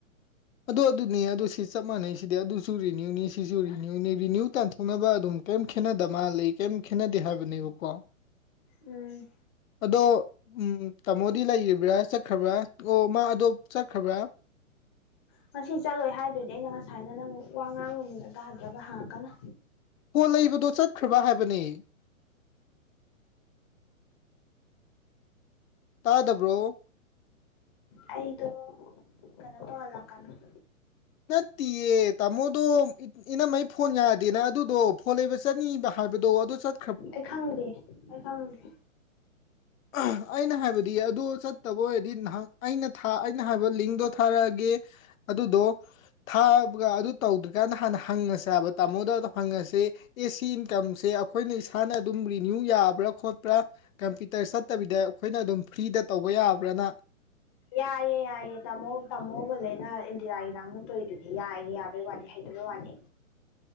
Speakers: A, on the left (about 70°); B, on the left (about 20°).
A: ꯑꯗꯨ ꯑꯗꯨꯅꯤ ꯑꯗꯨ ꯁꯤ ꯆꯞ ꯃꯥꯟꯅꯩ ꯁꯤꯗꯤ ꯑꯗꯨꯁꯨ ꯔꯤꯅ꯭ꯌꯨꯅꯤ ꯁꯤꯁꯨ ꯔꯤꯅ꯭ꯌꯨꯅꯤ ꯔꯤꯅ꯭ꯌꯨ ꯇꯥꯟ ꯊꫭꯛꯅꯕ ꯑꯗꯨꯝ ꯀꯩꯝ ꯈꯦꯠꯅꯗ ꯃꯥꯂꯤ ꯀꯩꯝ ꯈꯦꯠꯅꯗꯦ ꯍꯥꯏꯕꯅꯦꯕꯀꯣ
B: ꯎꯝ
A: ꯑꯗꯣ ꯎꯝ ꯇꯥꯃꯣꯗꯤ ꯂꯩꯔꯤꯕ꯭ꯔ ꯆꯠꯈ꯭ꯔꯕ꯭ꯔ ꯑꯣ ꯃꯥ ꯑꯗꯣ ꯆꯠꯈ꯭ꯔꯕ꯭ꯔ
B: ꯉꯁꯤ ꯆꯠꯂꯣꯏ ꯍꯥꯏꯗꯨꯗꯤ ꯑꯩꯅ ꯉꯁꯥꯏꯅ ꯅꯪ ꯋꯥ ꯉꯥꯡꯕ ꯃꯨꯟꯅ ꯇꯥꯗ꯭ꯔꯒ ꯍꯪꯉꯛꯀꯅꯨ
A: ꯄꯣꯠ ꯂꯩꯕꯗꯣ ꯆꯠꯈ꯭ꯔꯕ ꯍꯥꯏꯕꯅꯦ ꯇꯥꯗꯕ꯭ꯔꯣ
B: ꯑꯩꯗꯣ ꯀꯅꯣ ꯇꯧꯍꯜꯂꯛꯀꯅꫭ
A: ꯅꯠꯇꯤꯌꯦ ꯇꯥꯃꯣꯗꯣ ꯏꯅꯝꯃꯩ ꯐꯣꯟ ꯌꯥꯗꯦꯅ ꯑꯗꯨꯗꯣ ꯐꯣꯟ ꯂꯩꯕ ꯆꯠꯅꯤꯕ ꯍꯥꯏꯕꯗꯣ ꯑꯗꯨ ꯆꯠ
B: ꯑꯩ ꯈꯪꯗꯦ ꯑꯩ ꯈꯪꯗꯦ
A: <unintelligible> ꯑꯩꯅ ꯍꯥꯏꯕꯗꯤ ꯑꯗꯨ ꯆꯠꯇꯕ ꯑꯣꯏꯔꯗꯤ <unintelligible> ꯑꯩꯅ ꯊꯥ ꯑꯩꯅ ꯍꯥꯏꯕ ꯂꯤꯡꯗꯣ ꯊꯥꯔꯛꯑꯒꯦ ꯑꯗꯨꯗꯣ ꯊꯥꯕꯒ ꯑꯗꯨ ꯇꯧꯗ꯭ꯔꯤꯀꯥꯟꯗ ꯍꯥꯟꯅ ꯍꯪꯉꯁꯦ ꯍꯥꯏꯕ ꯇꯥꯃꯣꯗ ꯍꯥꯟꯅ ꯍꯪꯉꯁꯤ ꯑꯦ ꯁꯤ ꯏꯟꯀꯝꯁꯦ ꯑꯩꯈꯣꯏꯅ ꯏꯁꯥꯅ ꯑꯗꯨꯝ ꯔꯤꯅ꯭ꯌꯨ ꯌꯥꯕ꯭ꯔ ꯈꯣꯠꯄ꯭ꯔ ꯀꯝꯄꯤ ꯇꯔ ꯆꯠꯇꯕꯤꯗ ꯑꯩꯈꯣꯏꯅ ꯑꯗꯨꯝ ꯐ꯭ꯔꯤꯗ ꯇꯧꯕ ꯌꯥꯕ꯭ꯔꯅ
B: ꯌꯥꯏꯌꯦ ꯌꯥꯏꯌꯦ ꯇꯥꯃꯣ ꯇꯝꯃꯣ ꯕꯥꯂꯦꯟꯅ ꯏꯟꯗꯤꯔꯥꯒꯤ ꯅꯥꯍꯟꯃꯨꯛ ꯇꯧꯋꯤꯗꯨꯗꯤ ꯌꯥꯏꯌꯦ ꯌꯥ ꯕꯩ ꯋꯥꯗꯤ ꯍꯩꯇꯕꯩ ꯋꯥꯅꯦ